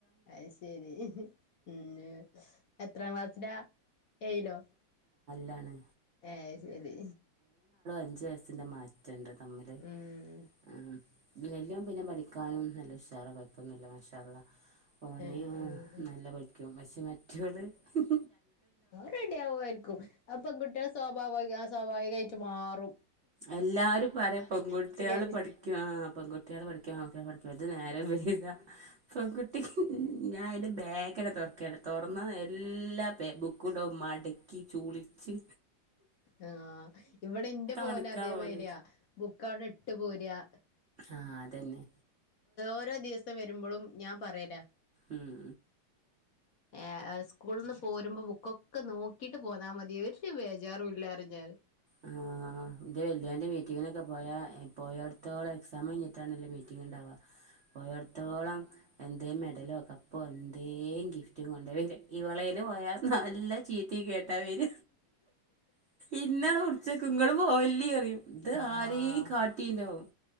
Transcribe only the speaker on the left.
അയ്ശെരി പിന്നെ എത്രാം ക്ലാസ്സിലാ? ഏയിലോ?
ഹെ ശരി
ഉം
ആഹ് ആഹ്
അത്‌ റെഡി ആവുആയിരിക്കും അത് പെൺകുട്ട്യാള് സ്വാഭാവിക സ്വാഭാവികായ്റ്റ് മാറ് റും
കഴിഞ്ഞ്
ആ ഇവിടെ ന്റെ പോന്
അതേമതിരിയാ
ബുക്കടെട്ട് പോരാ
ഓരോ ദിവസം വരുമ്പളും ഞാം പറയലാ
ഏ സ്കൂൾന്ന് പോരുമ്പോ ബുക്കൊക്കെ നോക്കിട്ട് പോന്നാ മതി ഒരു ബേജാറും ഇല്ലാറിഞാന്
ആഹ്